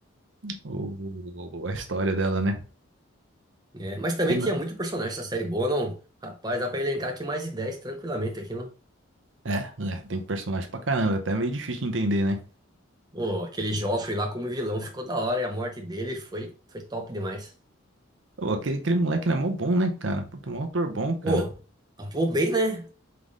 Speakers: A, on the right; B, on the right.
A: o- a história dela, né?
B: É, mas também
A: E não-
B: tinha muito personagem essa série boa, não? Rapaz, dá pra elencar aqui mais de 10 tranquilamente aqui, não?
A: É, é, tem personagem pra caramba, até é meio difícil de entender, né?
B: Ô, aquele Joffrey lá como vilão ficou da hora e a morte dele foi, foi top demais.
A: Ô, aquele, aquele moleque era mó bom, né, cara? Puta, mó ator bom, cara.
B: Pô, atuou bem, né?